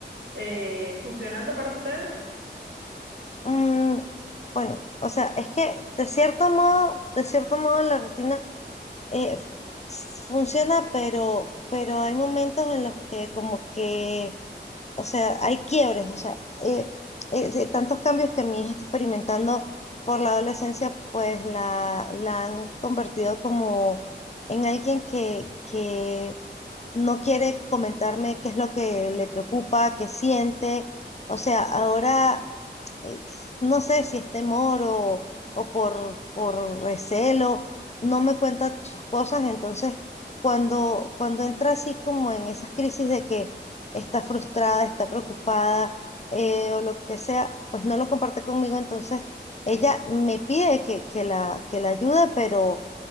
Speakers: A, on the right; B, on the left.
A: eh, funcionando para ustedes.
B: Mm, bueno, o sea, es que de cierto modo, de cierto modo la rutina eh, f- funciona, pero, pero hay momentos en los que como que, o sea, hay quiebres, o sea, eh, eh, de tantos cambios que mi hija está experimentando por la adolescencia, pues la, la han convertido como en alguien que, que no quiere comentarme qué es lo que le preocupa, qué siente. O sea, ahora eh, no sé si es temor o, o por, por recelo, no me cuenta sus cosas. Entonces, cuando, cuando entra así como en esas crisis de que está frustrada, está preocupada eh, o lo que sea, pues no lo comparte conmigo. Entonces, ella me pide que, que la, que la ayude, pero,